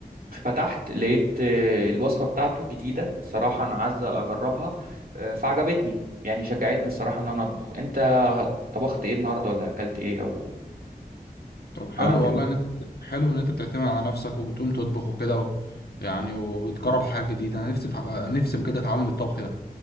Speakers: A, on the right; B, on the left.
A: فتحت لقيت آه، الوصفة بتاعته جديدة صراحة أنا عايز أجربها آه، فعجبتني يعني شجعتني الصراحة إن أنا أطبخ أنت طبخت إيه النهاردة ولا أكلت إيه أو
B: طب حلو
A: عملت إيه
B: والله
A: النهاردة؟
B: ان انت حلو ان انت بتعتمد على نفسك وبتقوم تطبخ وكده و... يعني وبتجرب حاجه جديده انا نفسي بتح... نفسي بجد اتعلم الطبخ ده